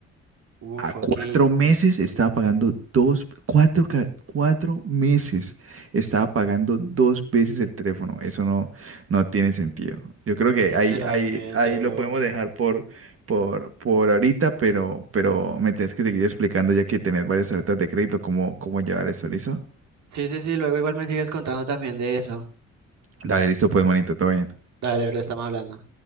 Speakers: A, on the right; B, on the right.
A: Uf,
B: A cuatro
A: ok,
B: meses estaba pagando dos, cuatro, ca- cuatro meses estaba pagando dos veces el teléfono. Eso no, no tiene sentido. Yo creo que
A: literalmente,
B: ahí, ahí, ahí
A: bro.
B: lo podemos dejar por, por, por ahorita, pero, pero me tienes que seguir explicando ya que tenés varias tarjetas de crédito, cómo, cómo llevar eso, ¿listo?
A: Sí, sí, sí, luego igual me sigues contando también de eso.
B: Dale, listo, pues, manito, todo bien.
A: Dale, bro, estamos hablando.